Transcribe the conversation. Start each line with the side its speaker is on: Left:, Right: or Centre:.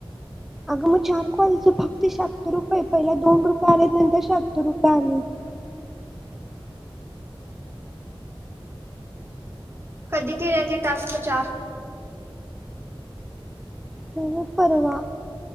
Centre: अगं मग चार क्वालच फक्त शाततर रुपये पहिला दोन रुपये आलेत नंतर शत्तर रुपये आलेत <unintelligible>
Right: कधी केल्या ते टास्क चार
Centre: हो पर्वा